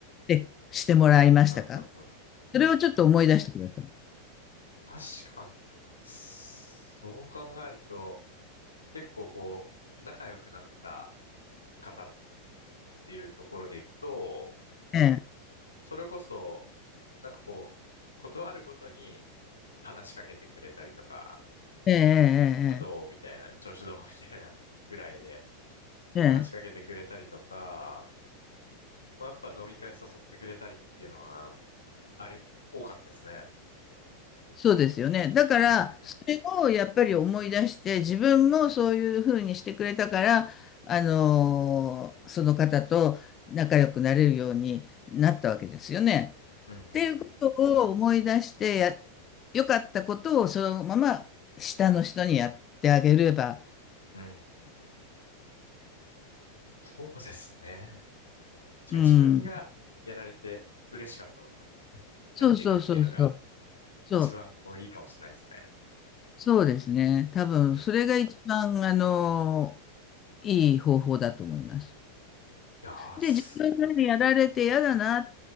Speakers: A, on the left; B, on the left.
A: で、してもらいましたか
B: あ、うん、うん、うん。
A: それをちょっと思い出してください。
B: 確かに。そう考えると、結構こう、仲良くなった方っていうところでいくと、
A: ええ、
B: それこそ、なんかこう、断るごとに話しかけてくれたりとか、
A: ええ、
B: あどうみたいな、調子どうみたいなぐらいで
A: ええ、
B: 話しかけてくれたりとか、
A: ええ、ええ
B: まあ、やっぱ飲み会誘ってくれたりっていうのは、あり、多かったですね。
A: そうですよね。だから、
B: うんうん
A: それをやっぱり思い出して、自分もそういうふうにしてくれたから、あのーその方と仲良くなれるようになったわけですよね。
B: うん。うんうん
A: っていうことを思い出してや、良かったことをそのまま下の人にやってあげれば、
B: うん。うんうんうん。そうですね。確かに自分がやられて嬉しかったことを
A: うん。そうそうそうそう。
B: やっていくっていうのが
A: そう。
B: 一番こういいかもしれないですね。
A: そうですね。多分、
B: うんうん。
A: それが一番、あの、いい方法だと思います。
B: よーす。
A: で、自分がやられて嫌だな、